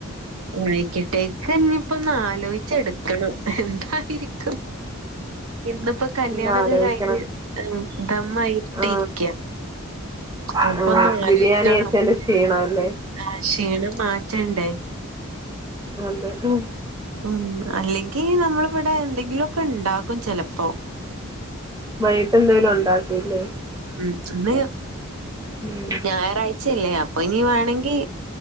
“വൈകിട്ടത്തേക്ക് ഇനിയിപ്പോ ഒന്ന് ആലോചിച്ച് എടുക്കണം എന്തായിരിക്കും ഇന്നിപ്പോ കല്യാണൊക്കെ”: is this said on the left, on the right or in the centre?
Right